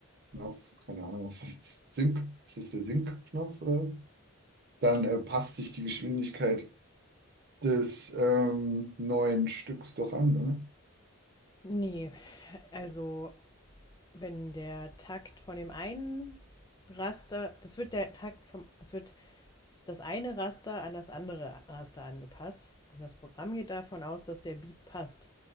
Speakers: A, on the right (about 45°); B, on the left (about 20°).
A: Knopf, keine Ahnung, was das ist, Sync, ist das der Sync-Knopf oder was? dann äh, passt sich die Geschwindigkeit des ähm, neuen Stücks doch an, oder?
B: Nee, also wenn der Takt von dem einen Raster, das wird der Takt vom, es wird das eine Raster an das andere Raster angepasst. Und das Programm geht davon aus, dass der Beat passt.